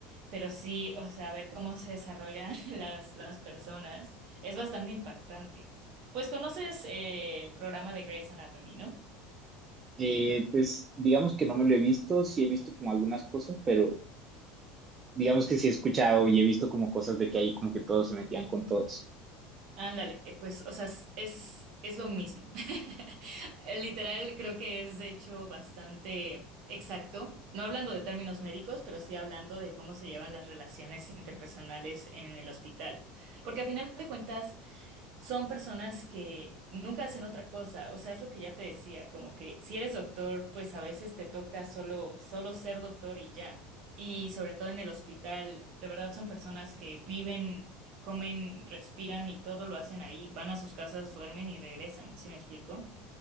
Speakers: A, on the right; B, on the right.
A: Pero sí, o sea, ver cómo se desarrollan <laughs> las, las personas es bastante impactante. Pues conoces eh, el programa de Grey's Anatomy, ¿no?
B: Eh, pues digamos que no me lo he visto, sí he visto como algunas cosas, pero digamos que sí he escuchado y he visto como cosas de que ahí como que todos se metían con todos.
A: Ándale, pues, o sea, es, es es lo mismo. <laughs> Literal, creo que es de hecho bastante exacto, no hablando de términos médicos, pero sí hablando de cómo se llevan las relaciones interpersonales en el hospital. Porque a final de cuentas, son personas que nunca hacen otra cosa, o sea, es lo que ya te decía, como que si eres doctor, pues a veces te toca solo, solo ser doctor y ya. Y sobre todo en el hospital, de verdad son personas que viven, comen, respiran y todo lo hacen ahí, van a sus casas, duermen y regresan, ¿sí me explico?